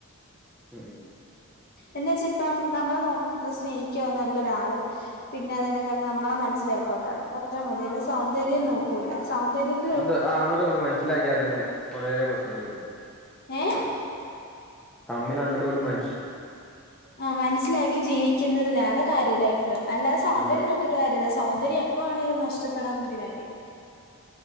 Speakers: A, in the centre; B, on the left.
A: ഉം
B: എന്നെച്ചാ ഇപ്പം നമ്മള നോക്ക് സ്നേഹിക്ക നല്ലൊരാള് പിന്നെ അതിനെക്കാട്ടും നമ്മളെ മനസ്സിലാക്കാൻ ഒരാള് അത്ര മതി അല്ലാതെസൗന്ദര്യം നോക്കൂല സൗന്ദര്യത്തി
A: അത് ആഹ് അങ്ങട്ടും ഇങ്ങട്ടും മനസ്സിലാക്ക്യാ തന്നെ കുറേ പ്രശ്നം തീരും ട്ടോ
B: ഏഹ്
A: തമ്മില് അങ്ങട്ടു ഇങ്ങട്ടും മൻ
B: ആഹ് മനസ്സിലാക്കി ജീവിക്കുന്നതിലാണ് കാര്യം ലൈഫിലോം അല്ലാതെ സൗന്ദര്യം
A: അതെ
B: നോക്ക് ക്കീട്ട് കാര്യല്ല സൗന്ദര്യം എപ്പ വേണേലും നഷ്ടപ്പെടാവുന്ന ഒരു കാര്യാ